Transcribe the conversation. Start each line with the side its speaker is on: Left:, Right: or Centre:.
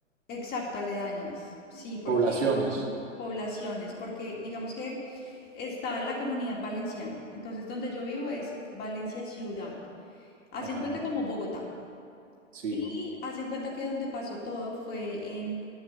Left: Exacto, aledañas, sí, porque
Right: poblaciones.
Left: poblaciones, porque digamos que está la comunidad valenciana, entonces donde yo vivo es Valencia ciudad, hacen
Right: Ajá,
Left: cuenta como Bogotá,
Right: sí.
Left: y hacen cuenta que donde pasó todo fue en